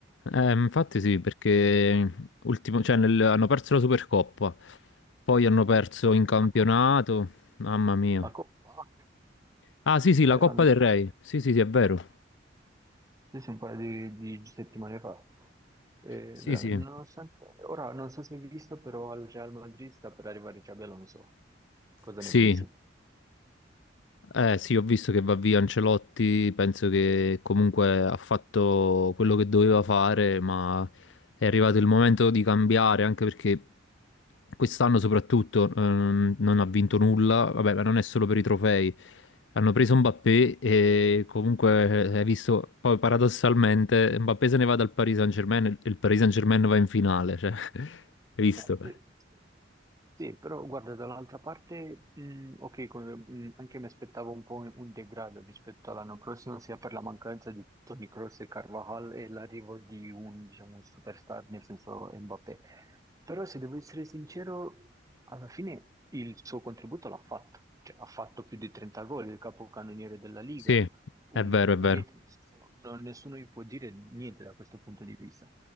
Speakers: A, on the left; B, on the right.
A: Eh, infatti sì, perché ultimo- cioè, nel- hanno perso la Supercoppa, poi hanno perso
B: La,
A: in campionato,
B: la Coppa,
A: mamma mia.
B: la Coppa,
A: Ah, sì, sì,
B: cioè
A: la Coppa
B: hanno
A: del Re. Sì, sì, sì, è vero.
B: sì, sì, un paio di, di settimane fa. E
A: Sì,
B: veramente,
A: sì.
B: nonostante, ora non so se hai visto, però al Real Madrid sta per arrivare Xabi Alonso. Cosa
A: Sì.
B: ne pensi?
A: Eh, sì, ho visto che va via Ancelotti, penso che comunque ha fatto quello che doveva fare, ma è arrivato il momento di cambiare, anche perché quest'anno soprattutto ehm, non ha vinto nulla, vabbè, ma non è solo per i trofei.
B: Mhm.
A: Hanno preso Mbappé e comunque eh, hai visto, poi paradossalmente Mbappé se ne va dal Paris Saint-Germain e il Paris Saint-Germain va in finale, cioè, <laughs> hai visto?
B: Eh, sì. Sì, però guarda, dall'altra parte, mh, ok, come- mh, anche mi aspettavo un po' un degrado rispetto all'anno prossimo, sia per la mancanza di Toni Kroos e Carvajal e l'arrivo di un, diciamo, un superstar, nel senso Mbappé. Però se devo essere sincero, alla fine il suo contributo l'ha fatto, cioè ha fatto più di 30 gol, il capocannoniere della Liga,
A: Sì,
B: un
A: è vero, è vero.
B: rete, nel senso, non- nessuno gli può dire niente da questo punto di vista.